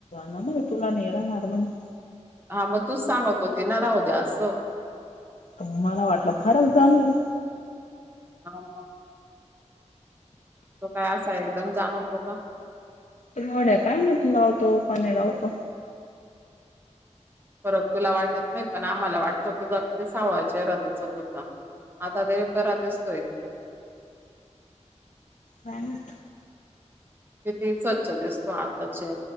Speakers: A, on the left; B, on the right.
A: ना म तुला नेराणाररमणे
B: हा मग तूच सांगत होते ना राहू द्या असं
A: तु म्हाला वाटलं फरक जाणवेल
B: ह ह तो काय असा एकदम जाणवतो का
A: घड्या काय म तू लावतो का नाही लावतो
B: फरक तुला वाटत नाही पण आम्हाला वाटत होत ज कि ते सावळाचे रजाच होत होत आता देव पररात दिसतो एक तर
A: ह
B: किती स्वच्छ दिसतो आताचे